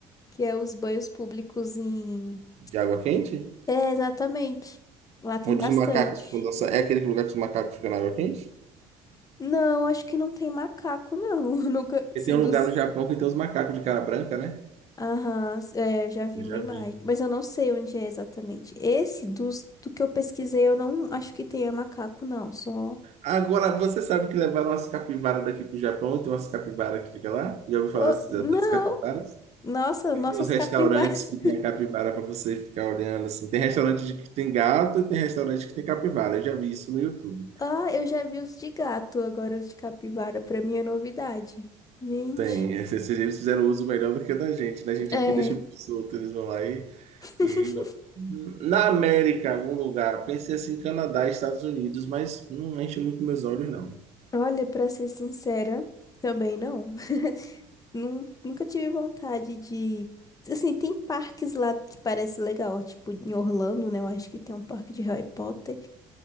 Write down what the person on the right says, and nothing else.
De água quente?
Onde
os macacos ficam dançando. É aquele lugar que os macacos ficam na água quente?
E tem um
lugar no Japão que tem os macacos de cara branca, né?
Eu
já
vi.
Agora, você sabe que levaram umas capivaras daqui pro Japão e tem umas capivaras que fica lá? Já ouviu
falar das
das capivaras?
E
Tem os restaurantes
que
tem a capivara para você ficar olhando assim. Tem restaurante de- que tem gato e tem restaurante que tem capivara. Eu já vi isso no YouTube.
Tem, <laughs> esses eles fizeram um uso melhor do que o da gente, né? A gente
aqui deixa solto, eles vão lá e,
e... Na América, algum lugar, pensei assim, Canadá, Estados Unidos, mas não enche muito meus olhos, não.